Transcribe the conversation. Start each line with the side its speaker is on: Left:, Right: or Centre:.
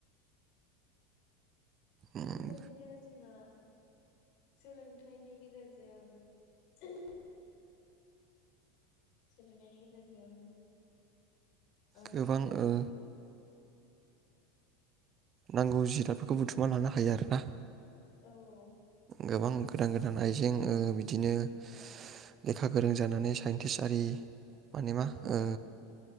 Right: उम,
Left: बेबायदिनो जोंना सोलोंथाइनि गेजेरजों सोलोंथाइनि गेजेरजों ओ
Right: गोबां ओ नांगौ जिरादफोरखौ बुथुमना लानो हायो आरोना?
Left: औ औ।
Right: गोबां गोदान गोदान आइजें ओ बिद दिनो लेख
Left: औ
Right: लेखा गोरों जानानै साइन्टिस्ट आरि माने मा
Left: औ
Right: ओ
Left: नोंथां